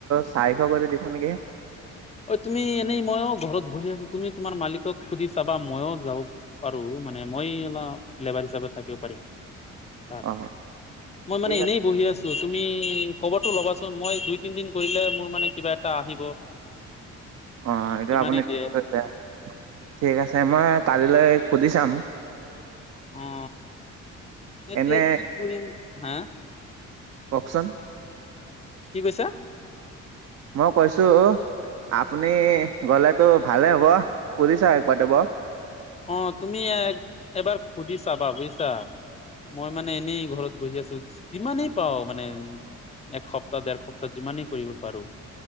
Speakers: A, on the right; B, on the left.
A: চাৰিশ কৰি দিব নেকি।
B: ঐ তুমি এনেই মইয়ো ঘৰত বহি আছো তুমি তোমাৰ মালিকক সুধি চাবা ময়ো যাও। পাৰো মানে মই অলপ লেবাৰ হিচাপে থাকিব পাৰিম। তাত,
A: অ
B: মই
A: ঠিক
B: মানে এনেই
A: আছে
B: বহি আছ- তু তুমি খবৰটো ল'বাচোন মই দুই তিন দিন কৰিলে মোৰ মানে কিবা এটা আহিব।
A: অ এইটো
B: যিমানেই
A: আপুনি
B: দিয়ে
A: ঠিকে কৈছে ঠিক আছে মই কালিলৈ সুধি চাম।
B: অ এতিয়া
A: এনে
B: কি কৰিম হা।
A: কওকচোন?
B: কি কৈছা?
A: মই কৈছো। আপুনি গ'লেতো ভালেই হ'ব সুধিছা এক পা তব।
B: অ তুমি এবাৰ সুধি চাবা বুজিছা মই মানে এনেই ঘৰত। বহি আছো যিমানেই পাও মানে এসপ্তাহ দেৰ সপ্তাহ যিমানেই কৰিব পাৰো।